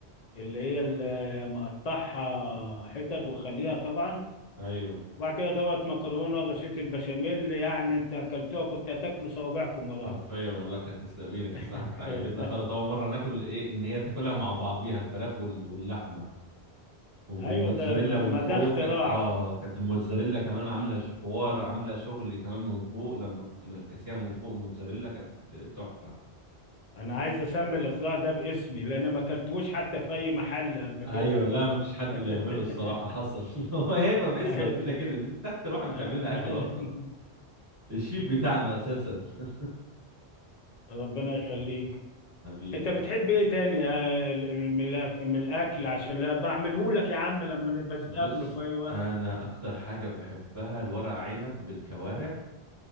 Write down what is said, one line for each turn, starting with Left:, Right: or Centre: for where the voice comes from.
Left: اللي هي اللي مقطعها حتت وخليها طبعا
Right: ايوه
Left: وبعد كده طبقة مكرونة ورشة البشاميل يعني انت اكلتوها كنت هتاكلوا صوابعكم وراها
Right: حرفيا والله كانت تسلق ايدك
Left: <laughs>
Right: الصراحه كانت عجبتنا خالص اول مره ناكل ايه ان هي تاكلها مع بعضيها الفراخ وال- واللحمه والموتزاريلا
Left: ايوه ده ما
Right: من
Left: ما
Right: فوق
Left: ده اختراع
Right: كانت اه كانت الموتزاريلا كمان عامله ش- حوار
Left: آه.
Right: عامله شغل كمان من فوق لما كنت كاسيها من فوق الموتزاريلا كانت تحفه
Left: انا عايز اسمي الاختراع ده باسمي لان ما اكلتوش حتى في اي محل قبل كده
Right: ايوه
Left: ان
Right: لا
Left: هو
Right: ما
Left: ال-
Right: فيش حد
Left: <laughs>
Right: بيعمله الصراحه حصل <laughs> هو هيبه باسمك
Left: أيوة.
Right: كده كده لأن انت اكتر واحد بتعمل
Left: <laughs>
Right: لنا اكل اصلا الشيف بتاعنا اساسا <laughs>
Left: ربنا يخليك
Right: حبيبي
Left: انت بتحب ايه تاني آه، ال- من الأك- من الاكل عشان لا بعمله لك يا عم لما نبقى تتقابلوا
Right: بص
Left: في اي وقت
Right: انا اكتر حاجه بحبها الورق عنب بالكوارع